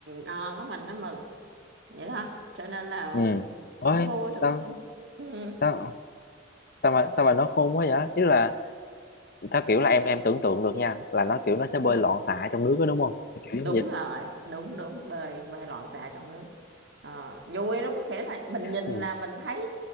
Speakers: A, on the right; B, on the left.
A: ờ, có mình nó mừng vậy đó cho nên là
B: ừ
A: cũng
B: ôi
A: vui được
B: sao
A: cái ừ.
B: sao sao mà sao mà nó khôn quá vậy ý là Theo kiểu là em em tưởng tượng được nha là nó kiểu nó sẽ bơi
A: ừ.
B: loạn xạ trong nước đó đúng không? Thì Kiểu
A: đúng
B: giống vậy.
A: rồi đúng đúng bơi bơi loạn xạ trong nước Ờ, vui nó có nghĩa là mình nhìn
B: Ừ.
A: là mình thấy